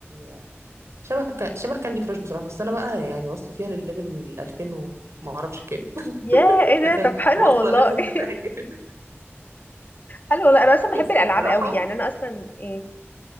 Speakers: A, on the right; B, on the left.
A: آه، شبه كا- شبه كاندي كراش بصراحة بس أنا بقى يعني واصلة فيها للليفل 2000 وما أعرفش كام <laughs>
B: يا ايه ده
A: تفاهة
B: طب حلو
A: واصلة
B: والله
A: الليفل
B: <laughs>
A: تفاهة كده
B: حلو والله انا اصلا بحب
A: بصي
B: الالعاب
A: بصراحة
B: قوي يعني انا اصلا ايه